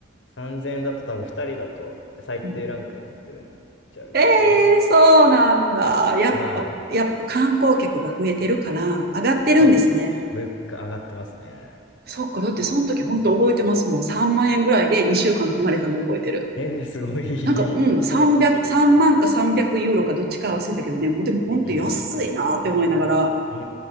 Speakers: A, on the left; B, on the right.
A: 3000だと多分2人だと最低ランクのホテルになっちゃうかな。
B: うん、ええー、そうなんだ。
A: 多分はい。
B: やっぱ、やっぱ観光客が増えてるから、上がってるんですね。
A: そうですね。物価上がってますね。
B: そっか、だってその時本当覚えてますもん。3万円ぐらいで2週間泊まれたの覚えてる。
A: えー、すごい。
B: なんか、うん、
A: <laughs> 3倍で2週間はすごい。
B: 300、3万か300ユーロかどっちか忘れたけどね、もうでも本当安いなって思いながら、
A: うん。え